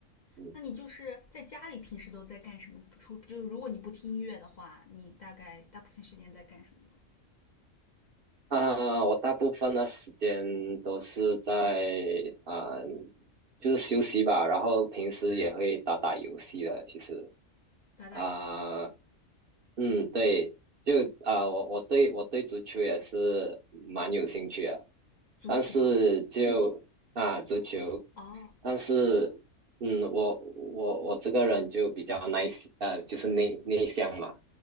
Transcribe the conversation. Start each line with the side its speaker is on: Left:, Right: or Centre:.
Right: 嗯
Left: 那你就是在家里平时都在干什么？出就如果你不听音乐的话，你大概大部分时间在干什么呢
Right: 啊，我大部分的时间都是在啊，就是休息吧，然后平时也会打打游戏的。其实
Left: 打打游戏，
Right: 啊，嗯，对，就啊，我我对我对足球也是蛮有兴趣的。
Left: 足球
Right: 但是嗯就啊足球，
Left: 哦，
Right: 但是嗯，我我我这个人就比较 nice 呃，就是内内向嘛，